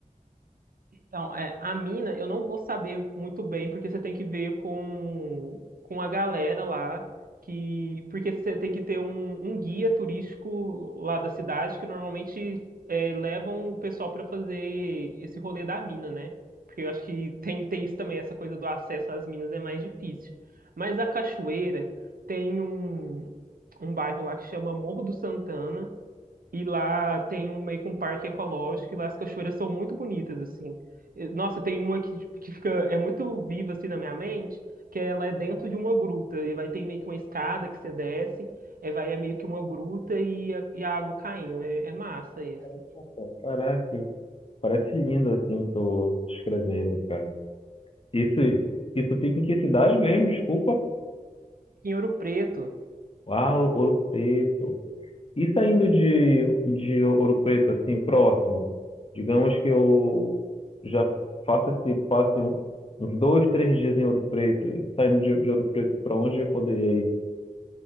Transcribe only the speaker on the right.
Então, é, a mina, eu não vou saber muito bem, porque você tem que ver com, com a galera lá, que, porque você tem que ter um, um guia turístico lá da cidade, que normalmente é, levam o pessoal para fazer esse rolê da mina, né? Porque eu acho que tem, tem isso também, essa coisa do acesso às minas é mais difícil. Mas a Cachoeira tem um, um bairro lá que chama Morro do Santana, e lá tem um meio que um parque ecológico e lá as cachoeiras são muito bonitas, assim. E, Nossa, tem uma que, tipo, que fica, é muito viva, assim, na minha mente, que ela é dentro de uma gruta e vai ter meio que uma escada que você desce, é, vai é meio que uma gruta e a, e a água caindo. É, é massa essa.
Em Ouro Preto,